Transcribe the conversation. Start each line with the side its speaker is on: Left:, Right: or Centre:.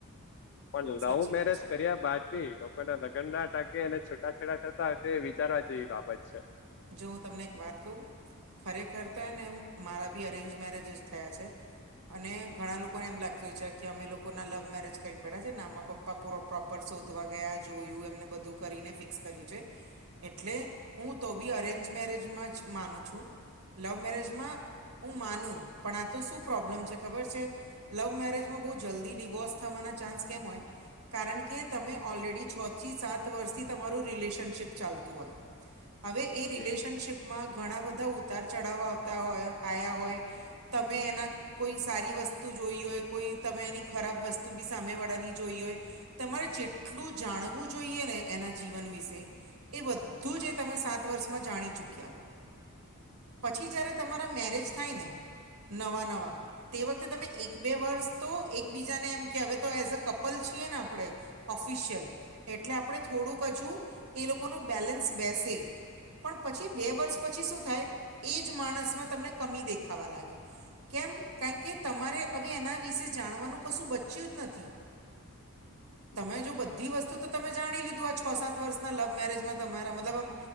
Left: પણ
Right: સાચી
Left: લવ મેરેજ
Right: વાત છે
Left: કર્યા બાદ ભી લોકોના લગન ના ટકે એને છૂટાછેડા થતા હોય તો વિચારવા જેવી બાબત છે.
Right: જો હું તમને એક વાત કહું ખરેખર તો એને એમ મારા બી અરેન્જ મેરેજ જ થયા છે
Left: <inaudible>
Right: અને ઘણા લોકોને એમ લાગતું હોય છે કે અમે લોકો ના લવ મેરેજ કરીને બેઠા છે ને આમાં પપ્પા પૂરો પ્રોપર શોધવા ગયા જોયું એમને બધું કરીને ફિક્સ કર્યું છે એટલે હું તો બી અરેન્જ મેરેજમાં જ માનું છું લવ મેરેજમાં હું માનું પણ આ તો શું પ્રોબ્લેમ છે ખબર છે લવ મેરેજમાં બહુ જલ્દી ડિવોર્સ થવાના ચાન્સ કેમ હોય કારણ કે તમે ઓલરેડી છ થી સાત વર્ષથી તમારું રિલેશનશીપ ચાલતું હોય હવે એ
Left: જી
Right: રિલેશનશીપમાં ઘણા બધા ઉતાર ચઢાવ આવતા હોય આયા હોય તમે એના કોઈ સારી વસ્તુ જોઈ હોય કોઈ તમે એની ખરાબ વસ્તુ બી સામેવાળાની જોઈ હોય. તમારે જેટલું જાણવું જોઈએ ને એના જીવન વિશે એ બધું જ તમે સાત વર્ષમાં જાણી ચૂક્યા પછી જયારે તમારા મેરેજ થાય ને નવા નવા તે વખતે તમે એક બે વર્ષ તો એકબીજાને એમ કવે તો એઝ અ કપલ છીએ ને આપણે ઓફિશિયલ એટલે આપણે થોડું ક હજું એ લોકોનું બેલેન્સ બેસે પણ પછી બે વર્ષ પછી શું થાય એ જ માણસમાં તમને કમી દેખાવા લાગે. કેમ કારણ કે તમારે હવે એના વિશે જાણવાનું કશું બચ્યું જ નથી.
Left: <inaudible>
Right: તમે જો બધી વસ્તુ તો તમે જાણી લીધું આ છ સાત વર્ષના લવ મેરેજમાં તમારા મ મતલબમ